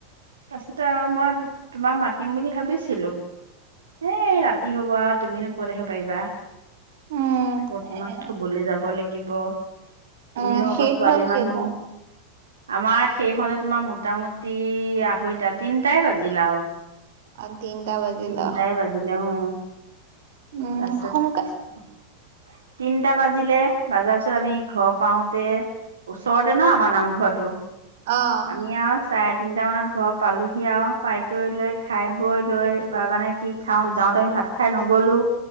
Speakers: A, on the right (about 70°); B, on the right (about 55°).
A: তাৰ পিচতে আৰু মই তোমাক মাতিম বুলি ভাবিছিলো এ ৰাতি হব আৰু তুমিনো কত আহিব পাৰিবা।
B: উম,
A: আকৌ তোমাৰ
B: এ
A: থবলে যাব লাগিব। তুমিও
B: উম,
A: আকৌ
B: শেষ
A: ছোৱালী
B: হ'ল কেইটাত?
A: মানুহ। আমাৰ সেই হতে তোমাৰ মোটামুটি সইটা তিনটাই বাজিলাও।
B: অ, তিনটা বাজিল
A: তিনটাই
B: অ',
A: বাজিলে উম।
B: উম,
A: তাৰপাছত
B: সোনকাল
A: তিনটা বাজিলে বজাৰ পিছত আমি ঘৰ পাওঁতে ওচৰতে ন আমাৰ নামঘৰটো।
B: অহ।
A: আমি আৰু চাৰে তিনটা মানত ঘৰ পালোহি আৰু পাই কৰি লৈ খাই বৈ লৈ। বা মানে কি খাওঁ যাওঁতে আমি ভাত খাই নগলো।